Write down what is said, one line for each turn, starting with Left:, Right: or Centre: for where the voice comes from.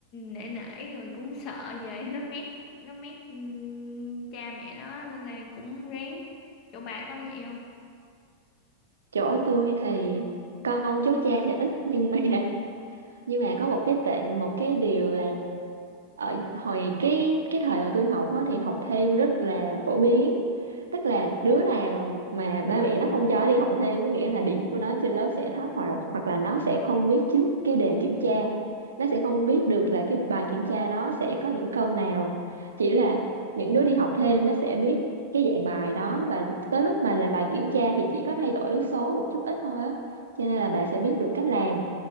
Left: nể nể rồi cũng sợ về <laughs> nó mét nó mét ừ, cha mẹ nó nên là cũng rén chỗ bà con vậy không
Right: chỗ tôi thì con cháu cha thì ít nhưng mà <laughs> nhưng mà có một cái tệ một cái điều là ở hồi cái cái thời mà tôi học á, thì học thêm rất là phổ biến tức là đứa nào mà ba mẹ nó không cho đi học thêm có nghĩa là điểm của nó trên lớp sẽ thấp hoặc hoặc là nó sẽ không biết trước cái đề kiểm tra nó sẽ không biết được là cái bài kiểm tra đó sẽ có những câu nào chỉ là những đứa đi học thêm nó sẽ biết cái dạng bài đó và tới lúc mà làm bài kiểm tra thì chỉ có thay đổi số một chút ít thôi á cho nên là bà sẽ biết được cách làm